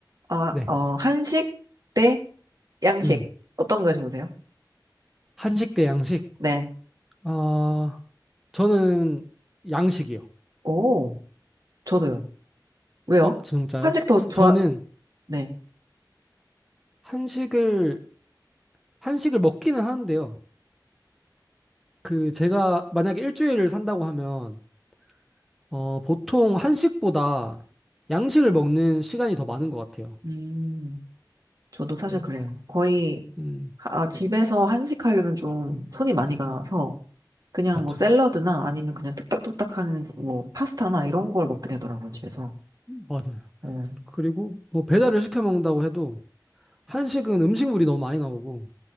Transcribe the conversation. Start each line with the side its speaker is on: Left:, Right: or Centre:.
Right: 아,
Centre: 네.
Right: 어, 한식 대 양식.
Centre: 음,
Right: 어떤 거 좋으세요?
Centre: 한식 대 양식.
Right: 네.
Centre: 아, 저는 양식이요.
Right: 오, 저도요. 왜요?
Centre: 어, 진짜요?
Right: 한식 더 좋아,
Centre: 저는
Right: 네.
Centre: 한식을, 한식을 먹기는 하는데요. 그, 제가 만약에 일주일을 산다고 하면, 어, 보통 한식보다 양식을 먹는 시간이 더 많은 것 같아요.
Right: 음, 저도 사실
Centre: 네.
Right: 그래요. 거의
Centre: 음,
Right: 아, 집에서 한식하려면 좀 손이 많이 가서 그냥
Centre: 맞죠.
Right: 뭐 샐러드나 아니면 그냥 뚝딱뚝딱 하는 뭐 파스타나 이런 걸 먹게 되더라고요, 집에서.
Centre: 맞아요.
Right: 음,
Centre: 그리고 뭐 배달을 시켜 먹는다고 해도, 한식은 음식물이 너무 많이 나오고